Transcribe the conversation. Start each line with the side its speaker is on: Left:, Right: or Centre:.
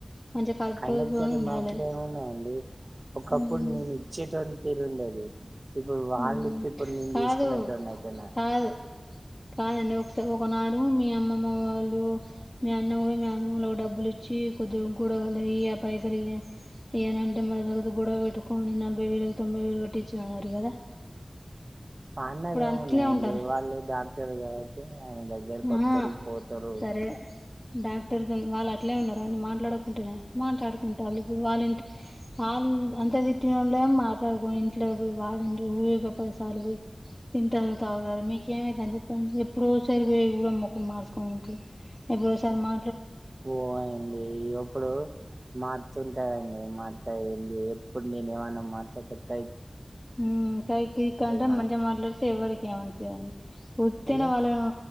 Left: మంచిగా కలుపుకోలుతోని
Right: అయినోళ్లతోటి
Left: ఉండాలే
Right: మాట్లే ఉన్నదండి. ఒకప్పుడు
Left: మ్మ్
Right: నేను ఇచ్చేటోన్ ఉండేది. ఇప్పుడు వాళ్ళు
Left: మ్మ్
Right: ఇతే ఇప్పుడు, నేను
Left: కాదు
Right: తీసుకునేటోని అయిపోయినా.
Left: కాదు కాదండి ఒకస ఒకనాడు మీ అమ్మమ్మ వాళ్ళు, మీ అన్న కూడా మీ అమ్మోలకి డబ్బులి చ్చి కొద్దిగా గొడవలయి. ఆ పైసలు ఇయ్య ఇయ్య నానంటే, మళ్ళ వాళ్ళతో గొడవ పెట్టుకని. నలభైవే లకు, తొంభై వేలు కట్టిచ్చిన అన్నారు గాదా.
Right: మా అన్నది ఏమున్నాదండి.
Left: అట్లే ఉంటారా
Right: వాళ్ళు డాక్టర్ కాబట్టి ఆయన దగ్గరకి
Left: ఆహా
Right: వత్తరు పోతరు
Left: సరే డాక్టర్ తోన్ వాళ్ళు అట్లే ఉన్నారు అండి. మాట్లాడకుంటనే, మాట్లాడుకుంటాలు ఇప్పుడు. వాళ్ళంటిక్ ఆళ్ళు అంత తిట్టి ళ్లేం మాట్లాడుకొని ఇంట్లోకి పోయి, వారింటికి ఊకె పదిసార్లు పోయి. తింటారు, తాగుతారు మీకేమయితాంది చెప్పండి. ఎప్పుడో టె మీరు కూడా మొఖం మార్చుకొని ఉంట్రు. ఎప్పుడో సారి మా
Right: పోవలండి. ఇయోప్పుడు మత్తుంటాధండి. మా త్తయుంది. ఎప్పుడ్ నేను ఏమన్నా మాత్తకోతయ్
Left: ఉమ్ కై కూయిక్ అంటే.
Right: నాకు
Left: మంచిగా మాట్లాడితే ఎవరికి ఏమనిపియదండ్ ఉత్తినే
Right: అంటే
Left: వాళ్ళను,